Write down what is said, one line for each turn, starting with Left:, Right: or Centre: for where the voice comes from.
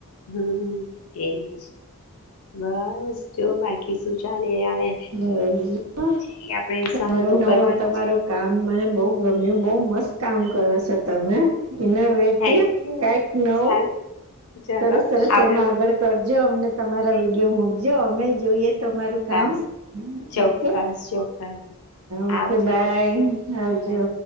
Left: હમ એજ બસ જો બાકી શું ચાલે હવે.?
Right: બસ
Left: છે એ આપણે સહન
Right: તમારું
Left: તો કરવાનું
Right: ન તમારું
Left: છે
Right: કામ મને બઉ ગમ્યું બઉ મસ્ત! કામ
Left: હા
Right: કરો છો તમે ઇનોવેટિવ
Left: થેન્ક યુ
Right: કંઈક નવુ
Left: સારું ચલો
Right: સરસ સરસ
Left: આપડે
Right: એમ આગળ કરજો, અમને તમારા
Left: થેન્ક
Right: વિડીયો
Left: યુ
Right: મુકજો, અમે જોઈએ. તમારું કામ,
Left: ચોક્કસ ચોક્કસ
Right: ઓકે,
Left: ચોક્કસ
Right: ઓકે
Left: આવજો
Right: બાય. આવજો.
Left: બાય